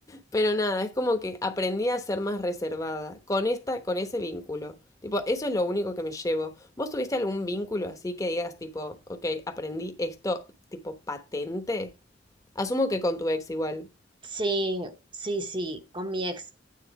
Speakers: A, on the left; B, on the right.
A: pero nada, es como que aprendí a ser más reservada con, esta, con ese vínculo. Tipo, eso es lo único que me llevo. ¿Vos tuviste algún vínculo así que digas, tipo, ok, aprendí esto, tipo, patente? Asumo que con tu ex igual.
B: Sí, sí, sí, con mi ex.